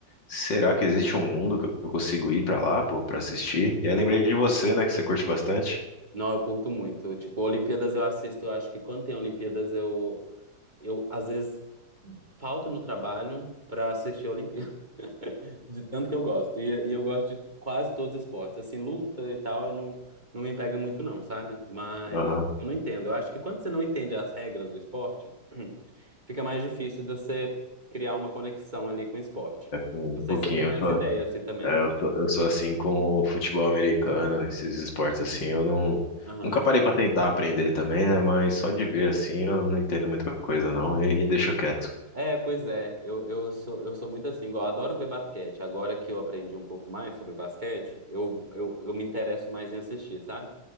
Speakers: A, on the left; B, on the right.
A: será que existe um mundo que eu consigo ir pra lá, pô, pra assistir? E aí lembrei de você, né, que você curte bastante.
B: Não, eu curto muito. Tipo, Olimpíadas eu assisto, eu acho que quando tem Olimpíadas eu, eu às vezes falto no trabalho pra assistir a Olimpíada, <laughs> de tanto que eu gosto. E, e eu gosto de quase todos os esportes. Assim, luta e tal, eu não, não me pega muito não, sabe? Mas
A: Aham,
B: eu não entendo. Eu acho que quando você não entende as regras do esporte, fica mais difícil de você criar uma conexão ali com o esporte.
A: um
B: Não sei
A: pouquinho.
B: se você tem essa ideia assim também.
A: É, eu sou, eu sou assim com o futebol americano, esses esportes assim, eu não
B: Aham.
A: nunca parei pra tentar aprender também, né? Mas só de ver assim, eu não entendo muita coisa não e, e deixo quieto.
B: É, pois é. Eu, eu sou, eu sou muito assim, igual, eu adoro ver basquete. Agora que eu aprendi um pouco mais sobre basquete, eu, eu, eu me interesso mais em assistir, sabe?